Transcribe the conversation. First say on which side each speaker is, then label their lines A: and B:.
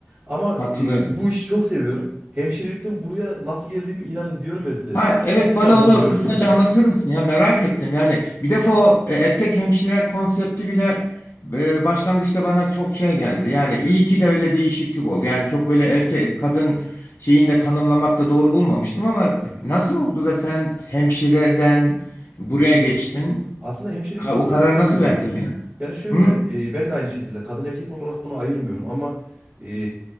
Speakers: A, on the right; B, on the left.
A: Ama
B: Katılıyorum.
A: e, bu işi çok seviyorum. Hemşirelikten buraya nasıl geldiğimi inanın diyorum ya size.
B: Ha evet
A: Hiç
B: bana
A: anlamıyorum.
B: onu kısaca
A: <laughs>
B: anlatır mısın ya merak ettim yani bir defa o e, erkek hemşire konsepti bile e, başlangıçta bana çok şey geldi yani iyi ki de öyle değişiklik oldu yani çok böyle erkek kadın şeyini de tanımlamak da doğru bulmamıştım ama
A: Evet.
B: nasıl oldu da sen hemşireden buraya geçtin
A: Aslında hemşirelik
B: Ka-
A: mesleğini
B: o kararı
A: seviyordum
B: nasıl verdin
A: hocam.
B: yani?
A: Yani şöyle
B: Hı?
A: e, ben de aynı şekilde kadın erkek olarak bunu ayırmıyorum ama e,